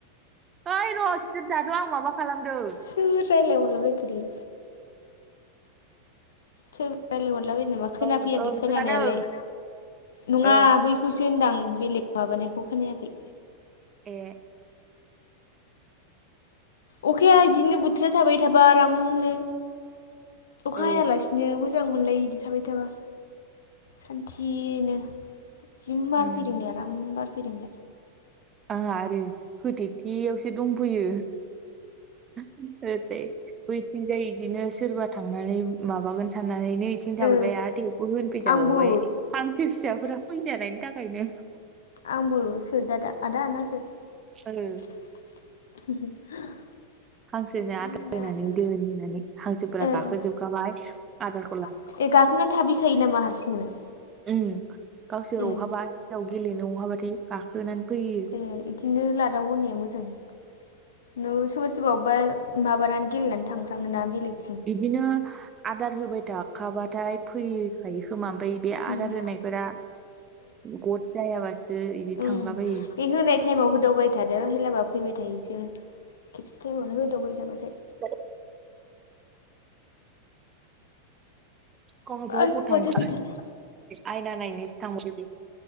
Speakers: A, on the right; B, on the left.
A: ओइ र' सिरि थाथ'आं माबा खालामदों।
B: होआ रायलाय हरला बायखायो सोर रायलायहरलाबायनोबा खोनाफैयाखै
A: ओं ओं
B: खोनानायालाय
A: खोनादों
B: नङा
A: ओ
B: बै सो होनदांं बेलेग माबानायखौ खोनायाखै।
A: ए।
B: अखाया इदिनो बोथोरा थाबाय थाबा आरामनो अखा
A: ओ
B: हायालासिनो मोज मोजां मोनलायो बिदि थाबाय थाबा सान्थिनो। जि मार
A: उम
B: फैदोंलै आराम बार फैदों।
A: आंहा आरो होथेथियावसो दंफैयो ओर जाय बैथिंजाय बिदिनो सोरबा थांनानै माबागोन साननानैनो बिथिं थाफैबाय
B: ओ
A: आरो बेयावबो होनफैजाबावबाय
B: आंबो
A: हांसो फिसाफोरा फैजानायनि थाखायनो
B: आंबो सोर दा- दा आदा ना सोर?
A: सोर?
B: <unintelligible>
A: हांसोनो
B: आदाफोरा
A: आदार होनानै दोननानै हांसोफोरा
B: ओ
A: गाखोजोबखाबाय
B: ओ
A: आदार
B: ए गाखोनानै थाफैखायो नामा हारसिंनो
A: ओम गावसोर
B: ए ओ
A: अहाबा दैयाव गेलेनो अहाबाथाय गाखोनानै फैयो।
B: ए इदिनो लादाव होनाया मोजां न सोरबा सोरबा अबबा माबानानै गेलेनानै थांफ्राङोना बेलेग
A: इदिनो आदार होबाय थाखाबाथाय फैखायो खोमा ओमफाय बे
B: उम
A: आदार होनायफोरा गथ जायाबासो इदि
B: ओं
A: थांलाबायो
B: बे होनाय टाइमाव होदावबाय थादो होलाबा फैबाय थायो इसोरो। खेबसेटाइमावनो होदावबाय थाबाथाय।
A: जादो। गावहाबा
B: आयौ
A: अबाव थांखो
B: माथो गैथारला
A: आयना नायनोसो थांबाय बि।